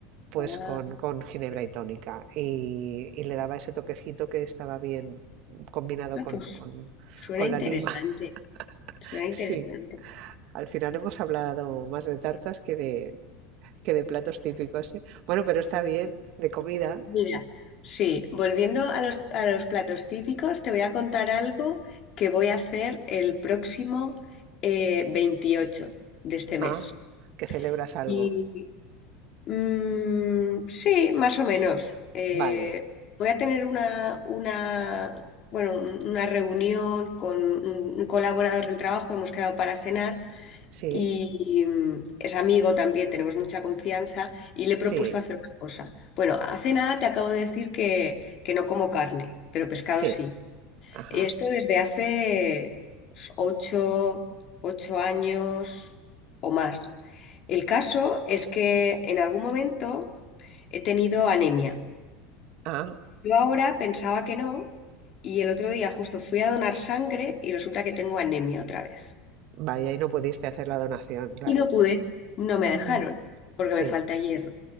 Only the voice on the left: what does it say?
Ah,
ah,
pues
suena
interesante.
Suena interesante.
Mira, sí, volviendo a los, a los platos típicos, te voy a contar algo que voy a hacer el próximo eh, 28 de este mes.
Y mm, sí, más o menos. Eh,
voy a tener una, una, bueno, un- una reunión con un un colaborador del trabajo, hemos quedado para cenar
y mm, es amigo también, tenemos mucha confianza y le he propuesto
hacer una cosa. Bueno, hace nada te acabo de decir que, que no como carne, pero pescado
sí.
Y Esto desde hace pues, ocho, ocho años o más. El caso es que en algún momento he tenido anemia.
Yo ahora pensaba que no y el otro día justo fui a donar sangre y resulta que tengo anemia otra vez.
Y no pude, no me
dejaron, porque
me falta hierro.